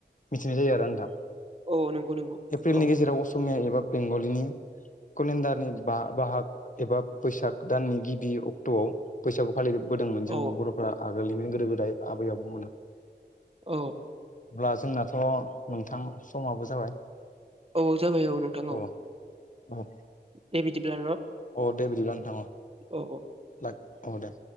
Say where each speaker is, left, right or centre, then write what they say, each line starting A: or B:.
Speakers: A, on the left; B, on the right.
A: मिथिनाय जायो आरो नोंथा
B: औ नंगौ नंगौ
A: एप्रिलनि
B: औ
A: गेजेराव असमिया एबा बेंगलिनि केलेन्डारनि बा बाहाग एबा बैसाग दाननि गिबि अक्ट'आव बैसागु फालिबोदोंमोन
B: औ
A: जों बर'फ्रा आगोलनिनो गोदो गोदाय आबै आबौमोना
B: औ
A: अब्ला जोंनाथ' नोंथां समाबो जाबाय
B: औ जाबाय औ नोंथां
A: अ
B: औ
A: अ
B: दे बिदिब्ला न।
A: अ दे बिदिब्ला नोंथां
B: औ औ
A: ला अ दे